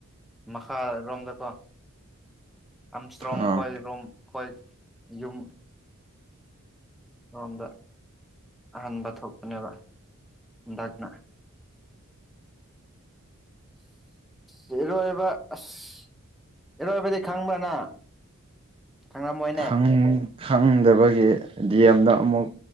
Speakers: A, in the centre; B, on the right.
A: ꯃꯈꯥꯔꯣꯝꯗꯀꯣ ꯑꯝꯁꯇ꯭ꯔꯣꯡ
B: ꯑꯥ
A: ꯈꯣꯏ ꯔꯣꯝ ꯈꯣꯏ ꯌꯨꯝ ꯔꯣꯝꯗ ꯑꯍꯟꯕ ꯊꯣꯛꯄꯅꯦꯕꯥ ꯍꯟꯗꯛꯅ ꯂꯩꯔꯣꯏ ꯍꯥꯏꯕꯥ ꯑꯁ ꯏꯔꯣꯏꯕꯗꯤ ꯈꯪꯕ꯭ꯔꯥ ꯅꯪ ꯈꯪꯉꯝꯃꯣꯏꯅꯦ
B: ꯈꯪ ꯈꯪꯗꯕꯒꯤ ꯗꯤꯑꯦꯝꯗ ꯑꯃꯨꯛ